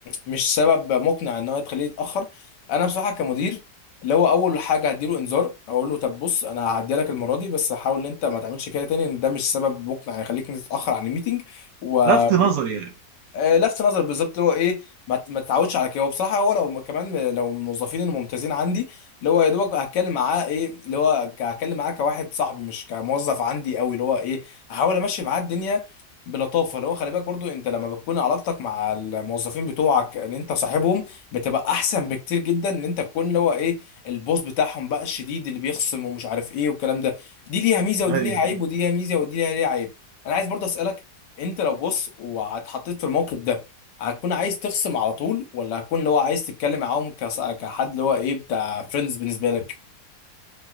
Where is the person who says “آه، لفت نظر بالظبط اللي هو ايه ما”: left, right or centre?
Left